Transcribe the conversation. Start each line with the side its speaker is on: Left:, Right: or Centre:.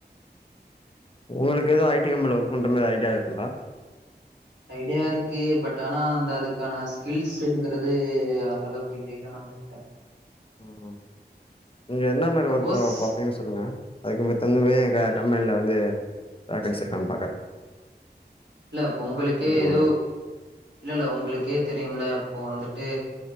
Left: உங்களுக்கு எது ஐ டி கம்பெனில ஒர்க் பண்ற மாரி ஐடியா இருக்குங்களா
Right: ஐடியா இருக்கு பட் ஆனா அந்த அதுக்கான ஸ்கில்ஸ்ங்கிறது அந்த அளவுக்கு இல்லல்ல நம்பள் அ
Left: ம் நீங்க என்ன மாரி
Right: சப்போஸ்
Left: ஒர்க் பா பாப்பீங்க சொல்லுங்க அதுக்கு தகுந்த மாரி கா கம்பெனில வந்து வேக்கன்ஸி இருக்கான் பாக்கறே
Right: இல்ல அப்போ உங்களுக்கே ஏதோ
Left: குடுக்குறேன்.
Right: இல்ல இல்ல உங்களுக்கே தெரியும்ல இப்போ வந்துட்டு